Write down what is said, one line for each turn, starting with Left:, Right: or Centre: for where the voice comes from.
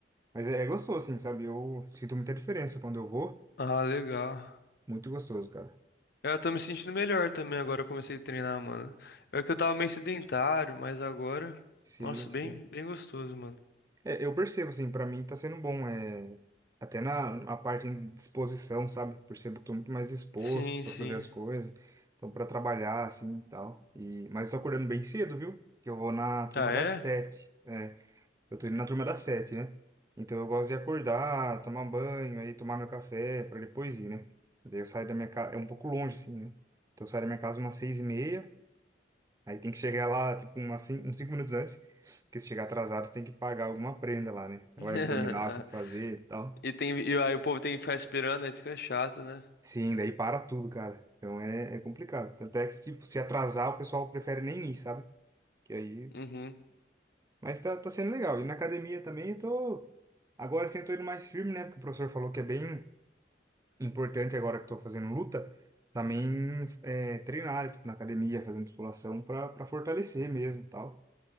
Right: Mas é, é gostoso, assim, sabe? Eu sinto muita diferença quando eu vou.
Left: Ah, legal.
Right: Muito gostoso, cara.
Left: É, Eu tô me sentindo melhor também agora. Eu comecei a treinar, mano. É que eu tava meio sedentário, mas agora.
Right: Sim,
Left: Nossa, bem,
Right: sim.
Left: bem gostoso, mano.
Right: É, eu percebo, assim, pra mim tá sendo bom. É... Até na a parte de disposição, sabe? Percebo que eu tô muito mais disposto
Left: Sim,
Right: pra
Left: sim.
Right: fazer as coisas. Então, pra trabalhar, assim, e tal. E... Mas tô acordando bem cedo, viu? Porque eu vou na turma
Left: Ah, é?
Right: das sete. É, eu tô indo na turma das sete, né? Então, eu gosto de acordar, tomar banho, aí tomar meu café pra depois ir, né? Daí eu saio da minha casa... É um pouco longe, assim, né? Então, eu saio da minha casa umas seis e meia. Aí tem que chegar lá, tipo, umas cin- uns 5 minutos antes, porque se chegar atrasado, você tem que pagar alguma prenda lá, né? É
Left: <laughs>
Right: o abdominal que você tem que fazer e tal.
Left: E tem, e aí o povo tem que ficar esperando, aí fica chato, né?
Right: Sim, daí para tudo, cara. Então é, é complicado. Tanto é que, tipo, se atrasar, o pessoal prefere nem ir, sabe? Que aí...
Left: Uhum.
Right: Mas tá, tá sendo legal. E na academia também, eu tô... Agora sim, eu tô indo mais firme, né? Porque o professor falou que é bem importante agora que eu tô fazendo luta, também é, treinar, tipo, na academia, fazer musculação pra, pra fortalecer mesmo e tal.